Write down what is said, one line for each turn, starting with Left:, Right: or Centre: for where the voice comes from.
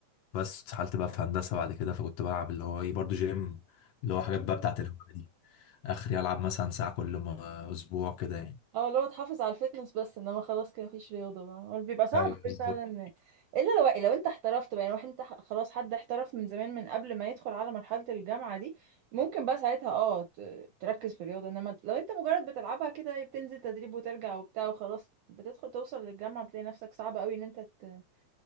Left: وبس اتسحلت بقى في هندسه بعد كده فكنت بلعب اللي هو ايه برضو جيم اللي هو حاجات بقى بتاعت الهوايه دي اخري العب مثلا ساعه كل م- اسبوع كده يعني
Right: اه اللي هو تحافظ على الفتنس بس انما خلاص كده مفيش رياضه بقى هو بيبقى صعب
Left: ايوه
Right: قوي
Left: بالظبط
Right: فعلا الا لو لو انت احترفت بقى يعني واحد انت ح- خلاص حد احترف من زمان من قبل ما يدخل على مرحله الجامعه دي ممكن بقى ساعتها اه ت- تركز في الرياضه انما لو انت مجرد بتلعبها كده بتنزل تدريب وترجع وبتاع وخلاص بتدخل توصل للجامعه بتلاقي نفسك صعب قوي ان انت ت...